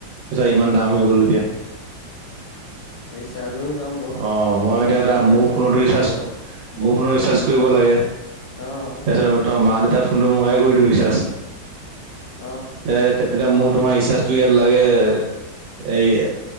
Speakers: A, on the right; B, on the left.
A: পইচা ইমান দাম হৈ গ'ল এতিয়া।
B: ৰিচাৰ্জৰো দাম বহুত
A: অ, মই এতিয়া এটা
B: বাঢ়িছে
A: মোৰ ফোনত
B: অ', কি
A: ৰিচাৰ্জ,
B: ক'বা বহুত
A: মোৰ ফোনৰ
B: বিচাৰিছে
A: ৰিচাৰ্জ কৰিব লাগে,
B: অ',
A: তাৰপাছত তোমাৰ মা-দেউতাৰ ফোনটো মইয়ে কৰি দিওঁ ৰিচাৰ্জ।
B: অ'।
A: এ, মোৰ
B: অ',
A: তোমাৰ
B: তাকেইতো
A: ৰিচাৰ্জটো ইয়াত লাগে, এই,